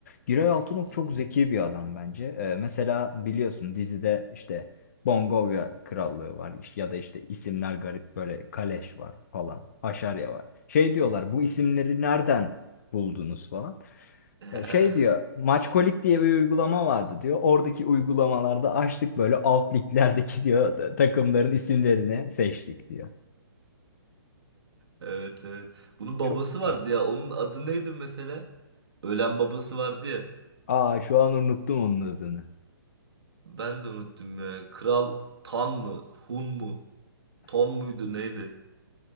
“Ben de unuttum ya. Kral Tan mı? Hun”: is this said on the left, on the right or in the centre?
Right